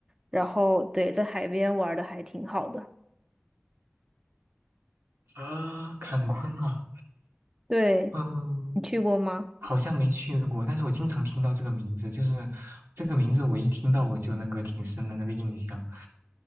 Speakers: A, on the right; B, on the right.
A: 然后对，在海边玩的还挺好的。
B: 啊，坎昆啊，
A: 对，
B: 嗯，
A: 你去过吗？
B: 好像没去过，但是我经常听到这个名字，就是这个名字我一听到我就那个挺深的那个印象，